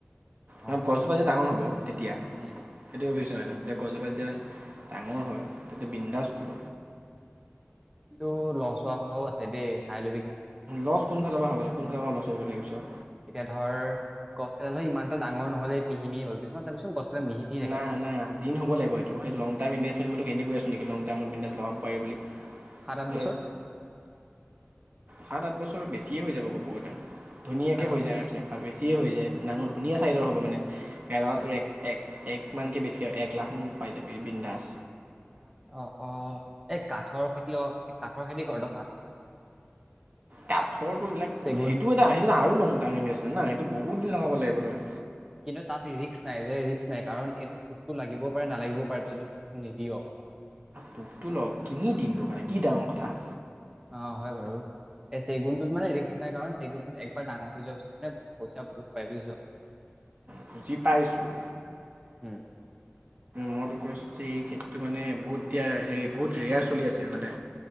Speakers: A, on the right; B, on the right.
A: অ
B: হয়
A: গছজোপা
B: বাৰু।
A: যে ডাঙৰ হ'ব তেতিয়া।
B: উম,
A: সেইটো ভাবিছ
B: উম,
A: নে
B: উম,
A: তই যে গছজোপাই যেন ডাঙৰ হয়। তোয়া বিন্দাস
B: উম,
A: উঠিব।
B: কিন্তু লছ হোৱা কথাও আছে দেই চাই লবি কিন্তু। ভালকে।
A: লছ কোনফালৰ পৰা হ'ব কোনফালৰ পৰা লছ চব ভিছঁ।
B: এতিয়া ধৰ গছ কেইডাল ইমান টা ডাঙৰ নহলে এই পিহিনি 'ল কিছুমান চাবিচোন গছ কেইডাল মিহি মিহি থাকে।
A: না না দিন হব লাগিব এইটো লং টাইম ইনভেষ্টমেণ্ট বুলি মই তোক এনেই কৈ আছোঁ। <unintelligible>
B: সাত আঠ
A: এই
B: বছৰ।
A: সাত আঠ বছৰ বেছিয়ে হৈ যাব কব গ'লে ধুনীয়াকে
B: সাত আঠ
A: হৈ
B: বছৰ
A: যায় আৰামচে
B: বেছি হৈছে।
A: বেছিয়ে হৈ যায় নাঙ ধুনীয়া চাইজৰ হ'ব মানে কেৰাটো
B: উম,
A: এক এক মানকে বেছি কিয় এ এক লাখমান পাই যাবি বিন্দাস।
B: অ অ এই কাঠৰ খেতি কাঠৰ খেতি কৰ তই কাঠ
A: কাঠৰটো এইবিলাক
B: চেগুন
A: সেইটো এটা সেইটো আৰু লং টাইম ন সেইটো বহুত দিন লগাব লাগিব কদায়
B: কিন্তু তাত ৰিস্ক নাই যে, ৰিস্ক নাই কাৰণ এইটোত পোকটো লাগিব। পাৰে, নালাগিবও পাৰে তই যদি নিদিয়।
A: পোকটো ল কিনি দিম টোৰ কাৰণে, কি ডাঙৰ কথা।
B: অ' হয় বাৰু এই চেগুনটোত মানে ৰিস্ক নাই কাৰণ চেগুনটোত একবাৰ ডাঙৰ হৈ যাবচোন মানে পইচা বহুত পাই বুজিছ।
A: বুজি পাইছোঁ
B: উম।
A: মইতো কৈছোঁ যে, এই খেতিটো মানে বহুত এতিয়া হেৰি বহুত ৰেয়াৰ চলি আছে মানে